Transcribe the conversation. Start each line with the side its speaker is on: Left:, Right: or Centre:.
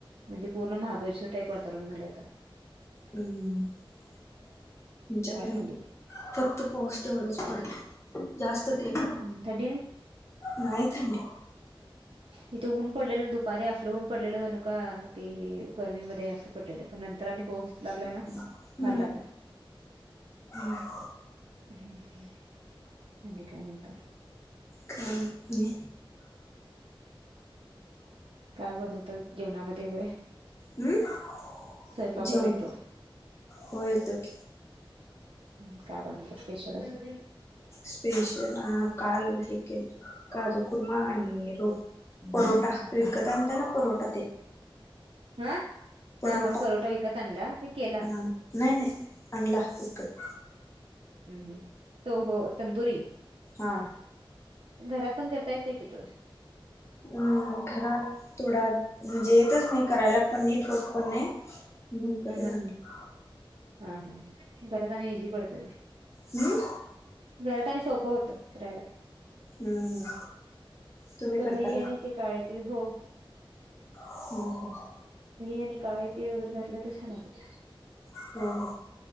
Right: म्हणजे पूर्ण महाबळेश्वर टाईप वातावरण झालय आता.
Left: हम्म तुमच्याकडन
Right: फार थंडी
Left: फक्त पाऊस तेवढंच पडत. जास्त ते पण
Right: आहे थंडी
Left: नाही थंडी.
Right: इथे ऊन पडलेलं दुपारी आपलं ऊन पडलेलं जणू का ते गर्मीमध्ये अस. पडलेल नंतर आणि पाऊस लागला
Left: हम्म
Right: ना फार लागला
Left: हम.
Right: हम्म हम्म आणि काय म्हणता.
Left: काही नाही.
Right: काय बनवताय जेवणामध्ये वगैरे.
Left: हम्म
Right: स्वयंपाक
Left: जेवण
Right: वगैरे येतो
Left: हो येतो की.
Right: हम्म काय बनवता स्पेशल असं.
Left: स्पेशल काल हे केलत काजूकुर्मा आणि रोट. परोटा विकत आणता ना परोटा ते.
Right: हा
Left: परोटा
Right: हा हा परोठा विकत आणला की केला.
Left: हा नाही नाही आणला विकत.
Right: हम्म हम्म तो हो तंदुरी.
Left: हा.
Right: घरात पण करता येतोय कि तो.
Left: हम्म घरात तोडात. म्हणजे येतच नाही करायला पण नीट होत पण नाही म्हणून विकतच
Right: ह
Left: आणला.
Right: हा हा घरात आणि इझी पडत ते.
Left: हम्म.
Right: घरात आणि सोपं होत करायला.
Left: हम्म तुम्ही
Right: फक्त दही
Left: करता
Right: आहे आणि ते काळ येतील हो
Left: हो हो
Right: दही आणि काळे तीळ वगैरे घातले तर छान होतं.
Left: हो हो